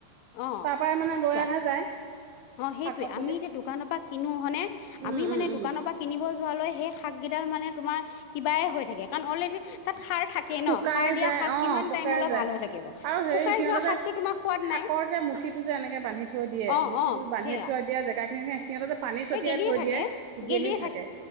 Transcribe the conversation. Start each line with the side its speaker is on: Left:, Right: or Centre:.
Left: অ
Right: তাৰ পৰাই মানে লৈ
Left: কোৱা
Right: অহা যায়।
Left: অ' সেইটোৱে
Right: শাক পাচলি
Left: আমি এতিয়া দোকানৰ পৰা কিনো হয়নে
Right: উম
Left: আমি মানে
Right: উম উম
Left: দোকানৰ পৰা কিনিব যোৱালৈ সেই শাককেইডাল মানে তোমাৰ কিবাই হৈ থাকে, কাৰণ অলৰেডি তাত সাৰ থাকেই
Right: শুকাই
Left: ন সাৰ দিয়া
Right: যায়
Left: শাক
Right: অ
Left: কিমান
Right: শুকাই
Left: টাইমলৈ
Right: যায়
Left: ভাল হৈ থাকিব
Right: আৰু হেৰি
Left: শুকাই
Right: সিহঁতে
Left: যোৱা শাকটো
Right: যে
Left: তোমাৰ সোৱাদ
Right: শাকৰ
Left: নাই
Right: যে মুঠিটো যে এনেকে বান্ধি থৈ দিয়ে
Left: অ'
Right: মুঠিটো
Left: অ'
Right: বান্ধি
Left: সেয়া
Right: থয় দিয়া জেগা খিনি সিহঁতে যে পানী ছটিয়াই
Left: এই গেলিয়ে
Right: থৈ
Left: থাকে
Right: দিয়ে, গেলি
Left: গেলিয়ে
Right: থাকে,